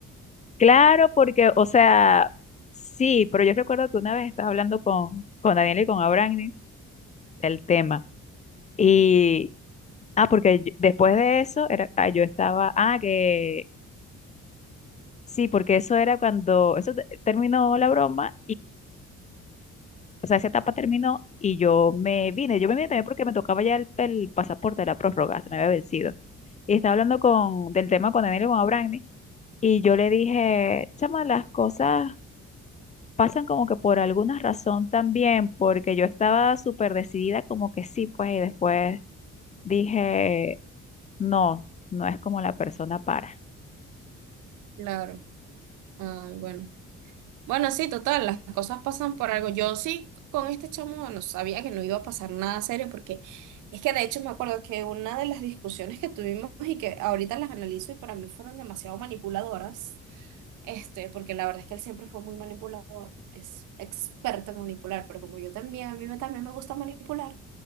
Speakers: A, on the left; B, on the right.
A: Claro, porque, o sea, sí, pero yo recuerdo que una vez estaba hablando con, con Daniel y con Abraham del tema. Y, ah, porque yo- después de eso, era, ah, yo estaba, ah, que sí, porque eso era cuando, eso te- terminó la broma O sea, esa etapa terminó y yo me vine. Yo me vine también porque me tocaba ya el, el pasaporte de la prórroga, se me había vencido. Y estaba hablando con, del tema con Daniel y con Abrani. Y yo le dije, chama, las cosas pasan como que por alguna razón también, porque yo estaba súper decidida como que sí, pues, y después dije, no, no es como la persona para.
B: Claro. Ay, bueno. Bueno, sí, total, las cosas pasan por algo. Yo sí, con este chamo, no sabía que no iba a pasar nada serio, porque es que de hecho me acuerdo que una de las discusiones que tuvimos y que ahorita las analizo y para mí fueron demasiado manipuladoras, este, porque la verdad es que él siempre fue muy manipulador, es experto en manipular, pero como yo también, a mí me- también me gusta manipular,